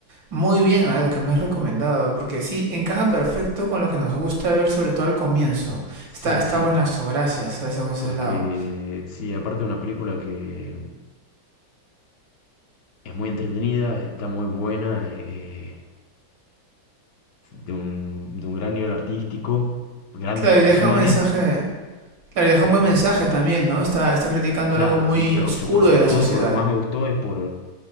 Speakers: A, on the right; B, on the left.
A: muy bien a lo que me has recomendado, porque sí, encaja perfecto con lo que nos gusta ver, sobre todo al comienzo. Está,
B: Sí,
A: está
B: sí,
A: buenazo, gracias, gracias por ese
B: porque
A: lado.
B: sí, aparte de una película que es muy entretenida, está muy buena, eh, de un, de un gran nivel artístico, grandes
A: Claro,
B: actuaciones,
A: y deja un mensaje, claro, y
B: sí,
A: deja un buen mensaje también, ¿no? Está, está criticando
B: sí, claro,
A: algo muy
B: y, pero
A: oscuro
B: so- por sobre
A: de la
B: todo
A: sociedad.
B: por lo que más me gustó es por,